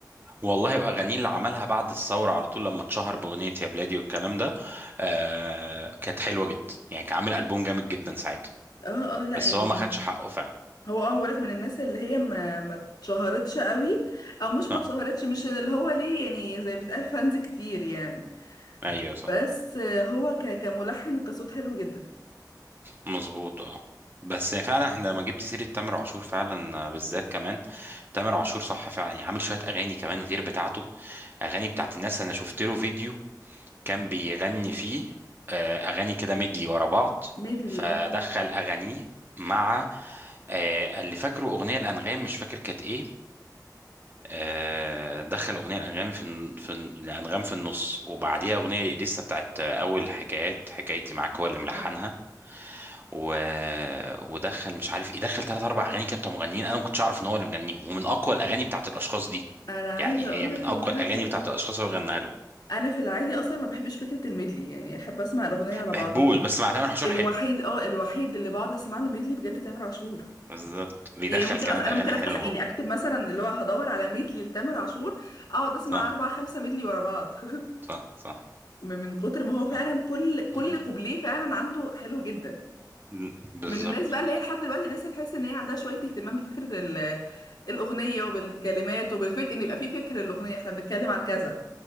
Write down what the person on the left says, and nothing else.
اه اه لا
يعني
هو اه هو لك من الناس اللي هي ما ما اتشهرتش قوي او مش
ما اتشهرتش مش اللي هو ليه يعني زي ما بتقال فانز كتير يعني
بس هو ك كملحن وكصوت حلو جدا
ميدلي
اه
اه
انا عايزه
اقول
لك
ان انا
في
انا في العادي اصلا ما بحبش فكره الميدلي يعني احب اسمع الاغنيه على
بعضها
الوحيد
اه الوحيد اللي بقعد اسمع له ميدلي بجد تامر عاشور
يعني ممكن
اصلا انا
ممكن افتح
يعني
اكتب مثلا اللي هو هدور على ميدلي لتامر عاشور اقعد اسمع
اربع خمسه ميدلي ورا بعض <laughs>
من من كتر ما هو
فعلا كل كل
كوبليه فعلا عنده حلو جدا
من الناس بقى اللي هي لحد دلوقتي لسه تحس ان هي عندها شويه اهتمام بفكره ال- الاغنيه وبالكلمات وبالفكر ان يبقى في فكر الاغنيه احنا بنتكلم عن كذا